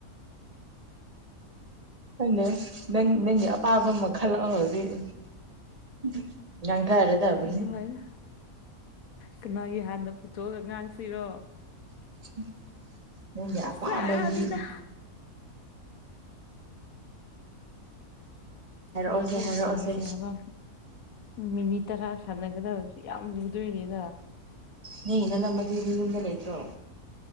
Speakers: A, on the right; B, on the left.
A: ꯑꯅꯦ ꯅꯪ ꯅꯪꯒꯤ ꯑꯄꯥꯝꯕ ꯑꯃ ꯈꯜꯂꯛꯑꯣ ꯍꯧꯖꯤꯛ <unintelligible> ꯉꯥꯡꯊꯔꯗꯕꯅꯦ
B: ꯀꯩꯅꯣ ꯍꯥꯏꯅ ꯀꯅꯥꯒꯤ ꯍꯥꯟꯅ ꯄꯨꯊꯣꯛꯑꯒ ꯉꯥꯡꯁꯤꯔꯣ
A: ꯍꯝ ꯅꯪꯒꯤ
B: ꯗꯁꯥꯅꯤꯗ
A: ꯑꯄꯥꯝꯕꯒꯤ ꯍꯥꯏꯔꯛꯑꯣꯁꯦ
B: ꯀꯔꯤ ꯋꯥꯔꯤ
A: ꯍꯥꯏꯔꯛꯑꯣꯁꯦ
B: ꯁꯥꯟꯅꯁꯦ ꯍꯥꯏꯕ ꯃꯤꯅꯤꯠ ꯇꯔꯥ ꯁꯥꯟꯅꯒꯗꯕꯁꯨ ꯌꯥꯝ ꯂꯨꯗꯣꯏꯔꯦꯗ
A: ꯅꯤ ꯏꯅꯝꯃ ꯃꯗꯤ ꯅꯌꯨꯝꯗ ꯂꯩꯇ꯭ꯔꯣ